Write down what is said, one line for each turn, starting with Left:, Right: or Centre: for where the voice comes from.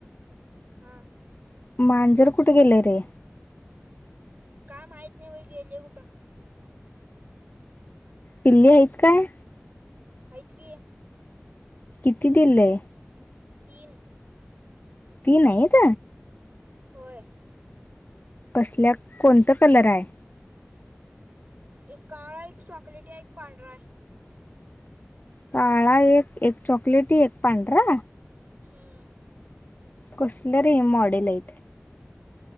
Right: हा
Left: मांजर कुठे गेलंय रे
Right: काय माहत नाही व गेले कुठं
Left: पिल्ली आहेत काय
Right: हाटक
Left: किती दिले
Right: तीन
Left: ती नाहीेत
Right: होय
Left: कसल्या कोणतं कलर आहे
Right: एक काळा एक चॉकलेट या एक पांढरा आहे
Left: काळा एक एक चॉकलेटी एक पांढरा
Right: हम्म
Left: कसलं र हे मॉडेल आहेत